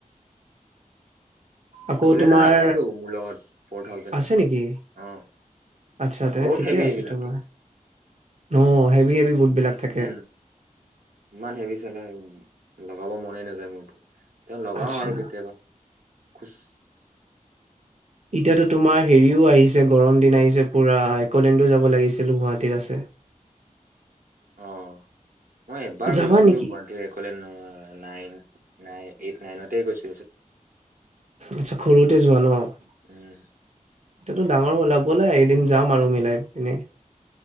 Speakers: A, on the right; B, on the right.
A: আকৌ
B: এইবিলাক
A: তোমাৰ
B: আছেতো মোৰ লগত ফৰ থাউজেডৰ
A: আছে নেকি?
B: অ
A: আচ্ছা তেনে
B: বহুত
A: ঠিকে
B: হেবি
A: আছে
B: এইবিলাকটো
A: তোমাৰ অ হেভি হেভি বুট। বিলাক থাকে।
B: উম ইমান হেবি চালে লগ। লগাব মনেই নাযায় মোৰতো। তেওঁ লগাও
A: আচ্ছা
B: আৰু কেতিয়াবা খোজ।
A: এতিয়াতো তোমাৰ হেৰিও আহিছে গৰম দিন আহিছে পুৰা একলেণ্ডো যাব লাগিছিল গুৱাহাটীত আছে।
B: অ মই এবাৰ
A: যাবা
B: গৈছিলো
A: নেকি?
B: গুৱাহাটীলে নাইন নাইন এইট নাইনত। তাকে কৈছোঁ।
A: আচ্ছা সৰুতে যোৱা ন। এতিাতো
B: উম
A: ডাঙৰ হ'লা ব'লা এদিন যাম আৰু মিলাই পিনে।